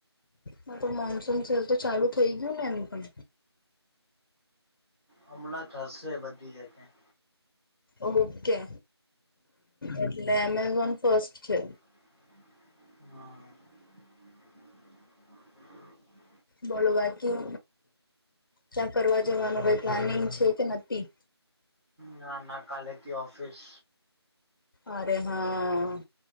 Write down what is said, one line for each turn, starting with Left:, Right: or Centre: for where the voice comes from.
Left: હ તો મોનસૂન છેલ તો ચાલુ થઇ ગયું ને એમ પણ
Centre: હમણાં હશે બધી જગ્યા
Left: ઓકે એટલે એમેઝોન ફસ્ટ છે
Centre: હા <unintelligible>
Left: બોલો બાકી, ક્યાં ફ જવાનું કઈ પ્લાનિંગ છે કે નથી?
Centre: ના ના કાલેથી ઓફિસ
Left: અરે હા